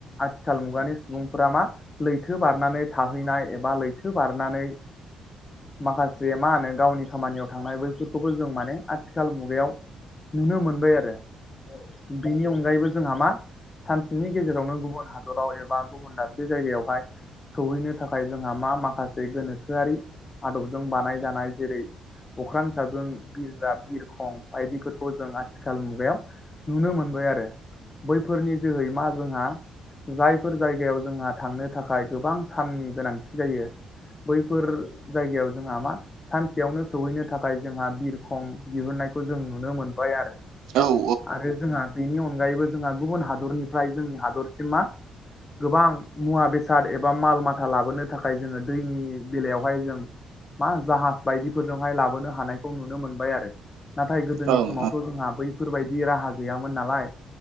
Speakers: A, on the left (about 30°); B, on the right (about 80°).
A: आथिखाल मुगानि सुबुंफोरा मा लैथो बारनानै थाहैनाय एबा लैथो बारनानै माखासे मा होनो गावनि खामानियाव थांनाय बैफोरखौबो जों माने आथिखाल मुगायाव नुनो मोनबाय आरो। बिनि अनगायैबो जोंहा मा सानसेनि गेजेरावनो गुबुन हादराव एबा गुबुन बे जायगायावहाय सौहैनो थाखाय जोंहा मा माखासे बे गोनोखोआरि आदबजों बानायजानाय जेरै अख्रां साजों बिरग्रा बिरखं बायदिफोरखौ जों आथिखाल मुगायाव नुनो मोनबाय आरो बैफोरनि जोहै मा जोंहा जायफोर जायगायाव जोंहा थांनो थाखाय गोबां साननि गोनांथि जायो बैफोर जायगायाव जोंहा मा सानसेयावनो सहैनो थाखाय जोंहा बिरखं बिहुननायखौ जों नुनो मोनबाय आरो।
B: औ औ
A: आरो जोंहा बेनि अनगायैबो जोंहा गुबुन हादरनिफ्राय जोंनि हादरसिमा गोबां मुवा बेसाद एबा माल माथा लाबोनो थाखाय जोङो दैनि बेलायावहाय जों मा जाहाज बायदिफोरजोंहाय लाबोनो हानायखौ नुनो मोनबाय आरो। नाथाय गोदोनि
B: औ ओं
A: समावथ'
B: ओं
A: जोंहा बैफोरबायदि राहा गैयामोन नालाय